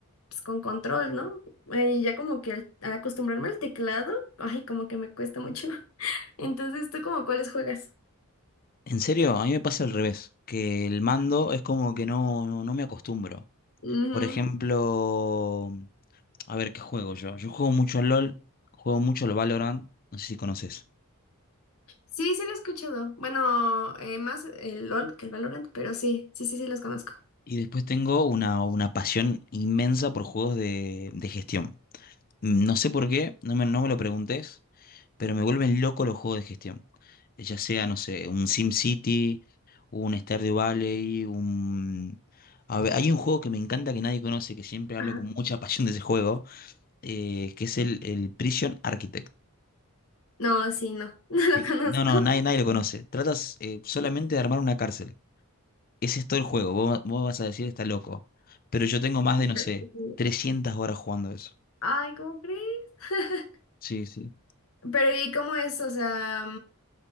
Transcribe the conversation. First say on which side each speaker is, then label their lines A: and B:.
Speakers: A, on the left (about 70°); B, on the left (about 40°).
A: pues, con control, ¿no? Eh, ya como que al, al acostumbrarme al teclado, ay, como que me cuesta mucho. <laughs> Entonces, ¿tú como cuáles juegas?
B: En serio, a mí me pasa al revés, que el mando es como que no, no, no me acostumbro.
A: Ujú.
B: Por ejemplo, a ver qué juego yo. Yo juego mucho al LOL, juego mucho al Valorant, no sé si conoces.
A: Sí, sí lo he escuchado. Bueno, eh, más el LOL que el Valorant, pero sí, sí, sí, sí los conozco.
B: Y después tengo una, una pasión inmensa por juegos de de gestión. Mm, No sé por qué, no me, no me lo preguntes, pero me vuelven loco los juegos de gestión. Eh, Ya sea, no sé, un SimCity, un Stardew Valley, un... A ver, hay un juego que me encanta que nadie conoce, que siempre hablo
A: Ajá.
B: con mucha pasión de ese juego, eh, que es el, el Prison Architect.
A: No, sí, no, <laughs> no lo
B: Eh,
A: conozco.
B: No, no,
A: <laughs>
B: nadie, nadie lo conoce. Tratas eh, solamente de armar una cárcel. Ese es todo el juego. Vos, vos vas a decir, está loco. Pero yo tengo más de, no
A: Pero
B: sé,
A: sí.
B: 300 horas jugando eso.
A: Ay, ¿cómo crees? <laughs>
B: Sí, sí.
A: Pero ¿y cómo es? O sea,